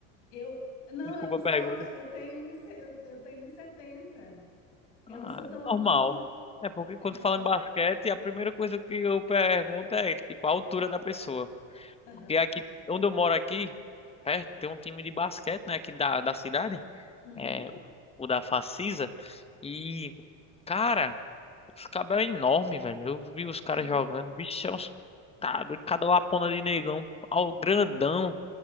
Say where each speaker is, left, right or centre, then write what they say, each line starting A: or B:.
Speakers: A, on the left; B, on the left.
A: eu não,
B: Desculpa
A: eu não
B: a
A: sou
B: pergunta.
A: alta, eu tenho 1,70, eu eu tenho um e setenta Eu
B: Ah,
A: não sou tão alta
B: normal.
A: assim, não.
B: É porque quando
A: É.
B: fala em basquete, a primeira coisa que eu pergunto é, tipo, a altura da pessoa.
A: aham,
B: Porque aqui, onde eu moro aqui, perto, tem um time de basquete, né, aqui da, da cidade,
A: uhum,
B: é, o, o da Facisa, e, cara, os caras é enorme, velho. Eu vi os caras
A: <laughs>
B: jogando, bicho, é uns, tá, doido, cada lapona de negão, ao grandão,